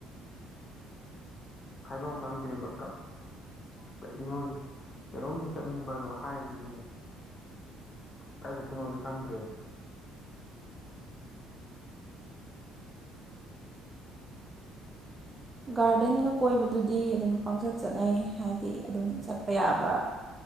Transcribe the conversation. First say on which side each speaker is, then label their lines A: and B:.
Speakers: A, on the left (about 30°); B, on the right (about 15°).
A: ꯍꯥꯐꯝ ꯈꯪꯗꯔꯦꯕ ꯀꯩꯅꯣ ꯍꯧꯖꯤꯛ ꯀꯩꯅꯣꯝꯗꯤ ꯆꯠꯅꯤꯡꯕꯗꯣ ꯍꯥꯏꯕꯗꯤ ꯀꯥꯏ ꯆꯠꯇꯣꯏꯅꯣꯥꯖꯨ ꯈꯪꯗ꯭ꯔꯦꯕꯥ
B: ꯒꯥꯔꯗꯦꯟꯒ ꯀꯣꯏꯕꯗꯨꯗꯤ ꯑꯗꯨꯝ ꯄꯪꯆꯠ ꯆꯠꯅꯩ ꯍꯥꯏꯗꯤ ꯑꯗꯨꯝ ꯆꯠꯄꯥ ꯌꯥꯕ